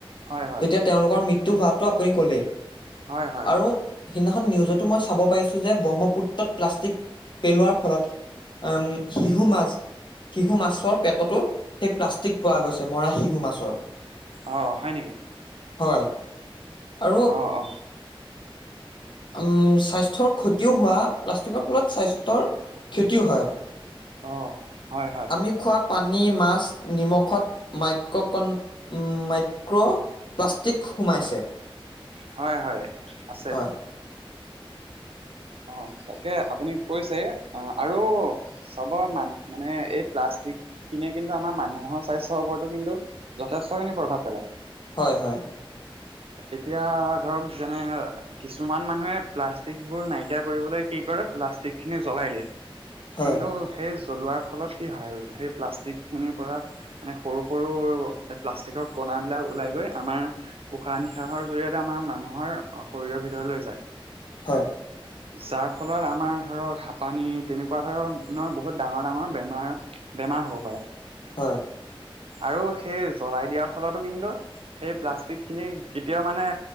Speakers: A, on the right; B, on the left.
A: হয় হয়
B: তেতিয়া তেওঁলোকৰ মৃত্যু হোৱাটো আপুনি ক'লেই।
A: হয়, হয়,
B: আৰু সিদিনাখন নিউজতো মই চাব পাৰিছোঁ যে, ব্ৰহ্মপুত্ৰত প্লাষ্টিক পেলোৱাৰ ফলত উম, শিহু মাছ। শিহু মাছৰ পেটতো সেই প্লাষ্টিক পোৱা গৈছে, মৰা শিহু মাছৰ।
A: অ' হয় নেকি?
B: হয়। আৰু
A: অ', অ'।
B: উম, স্বাস্থ্যৰ ক্ষতিও হোৱা প্লাষ্টিকৰ ফলত স্বাস্থ্যৰ ক্ষতিও হয়।
A: অ হয় হয়।
B: আমি খোৱা পানী মাছ নিমখত মাইক্ৰকন মাইক্ৰ প্লাষ্টিক সোমাইছে।
A: হয় হয় আছে।
B: হয়,
A: অ তাকে আপুনি কৈছে অ আৰু চাব মান মানে এই প্লাষ্ট যিক খিনিয়ে কিন্তু আমাৰ মানুহৰ স্বাস্থ্যৰ ওপৰতো কিন্তু যথেষ্টখিনি প্ৰভাৱ পেলায়।
B: হয়, হয়।
A: এতিয়া ধৰক যেনে কিছুমান মানুহে প্লাষ্টিকবোৰ নাই কীয়াৰ কৰিবলৈ কি কৰে প্লাষ্টিকখিনি জ্বলাই দিয়ে।
B: হয়,
A: কিন্তু সেই জ্বলোৱাৰ ফলত কি হয়, হেই প্লাষ্টিক খিনিৰ পৰা মানে সৰু সৰু প্লাষ্টিকৰ ক মাবিলাক ওলাই গৈ আমাৰ উশাহ নিশাহৰ জৰিয়তে আমাৰ মানুহৰ শৰীৰৰ ভিতৰলৈ যায়।
B: হয়।
A: যাৰ ফলত আমাৰ ধৰক হা পানী তেনেকুৱা ধৰণৰ বহুত ডাঙৰ ডাঙৰ বেমাৰ বে মাৰ হ'ব পাৰে।
B: হয়।
A: আৰু সেই জ্বলাই দিয়াৰ ফলতো কিন্তু সেই প্লাষ্টিকখিনি কেতিয়াও মানে